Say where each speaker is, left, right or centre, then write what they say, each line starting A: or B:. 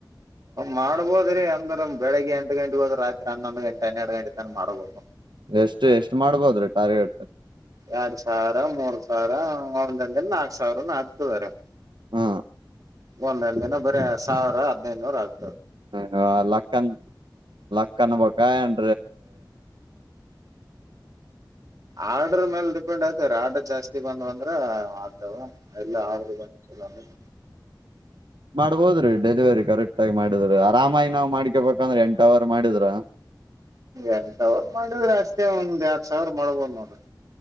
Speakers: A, on the right; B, on the right.
A: ಮಾಡ್ಬೋದ್ರಿ ಅಂದ್ರ ಬೆಳಿಗ್ಗೆ ಎಂಟು ಗಂಟೆಗೆ ಹೋದ್ರ ರಾತ್ರಿ ಹನ್ನೊಂದು ಗಂಟೆ ಹನ್ನೆರಡು ಗಂಟ ತಾನ ಮಾಡಬೇಕ.
B: ಎಷ್ಟು ಎಷ್ಟ್ ಮಾಡ್ಬೋದ್ರಿ ಟಾರ್ಗೆಟ್.
A: ಎರಡ್ ಸಾವಿರ ಮೂರ್ ಸಾವಿರ ಒಂದ ನಾಕು ಸಾವಿರ ಹತದಾರೆ.
B: ಹಾ.
A: ಒಂದೆರಡು ದಿನ ಬರೀ ಸಾವಿರ ಹದ್ನೈದುನೂರ ಆಗ್
B: ಹ -ಲಕ್ಕನ್ ಲಕ್ಕನ್ ಬ <unintelligible> ಎನ್
A: ಆರ್ಡ್ರ ಮೇಲೆ ಡಿಪೆಂಡ್ ಆಯ್ತವ ರ ಆರ್ಡರ್ ಜಾಸ್ತಿ ಬಂದ್ ಅಂದ್ರ ಆಗ್ತಾವ. ಎಲ್ಲ ಆ್ರರು ಬಂದತ್ತಲ್ಲ ಅಂದ್ರೆ
B: ಮಾಡ್ಬೋದ್ರೀ ಡೆಲಿವರಿ ಕರೆಕ್ಟ್ ಆಗಿ ಮಾಡಿದ್ರಿ ಆರಾಮಾಗಿ ನಾವ್ ಮಾಡ್ಕ ಬ ಯಾಕಂದ್ರ ಎಂಟ ಅವರ್ ಮಾಡಿದ್ರ
A: ಎಂಟಾವರ್ ಮಾಡಿದ್ರೆ ಅಷ್ಟೇ ಒಂದ್ ಎಡ್ ಸಾವಿರ ಮಾಡ್ಬೋದ ನೋಡ್ರಿ